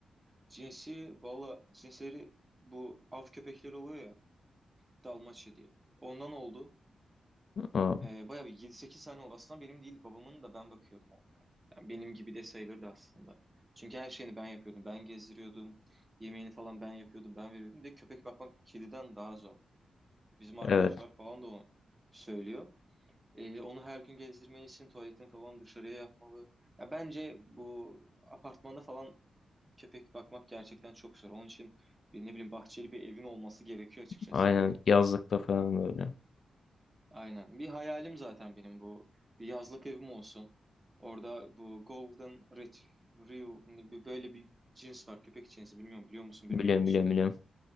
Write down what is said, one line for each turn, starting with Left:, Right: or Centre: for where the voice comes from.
Right: Cinsi valla cinsleri bu av köpekleri oluyor ya Dalmaçya diye. Ondan oldu.
Left: Aa,
Right: Ee, bayağı bir yedi sekiz sene oldu. Aslında benim değil babamın da ben bakıyordum onlara. Yani benim gibi de sayılırdı aslında. Çünkü her şeyini ben yapıyordum. Ben gezdiriyordum. Yemeğini falan ben yapıyordum. Ben veriyordum. Bir De köpek bakmak kediden daha zor. Bizim arkadaşlar
Left: evet.
Right: falan da onu söylüyor. Ee, onu her gün gezdirmelisin. Tuvaletini falan dışarıya yapmalı. Ya bence bu apartmanda falan köpek bakmak gerçekten çok zor. Onun için bir, ne bileyim bahçeli bir evin olması gerekiyor açıkçası.
Left: Aynen yazlıkta falan böyle.
Right: Aynen. Bir hayalim zaten benim bu. Bir yazlık evim olsun. Orada bu Golden Retriever bir- böyle bir cins var. Köpek cinsi. Bilmiyorum biliyor musun
Left: Biliyorum
Right: bilmiyor musun?
Left: biliyorum biliyorum.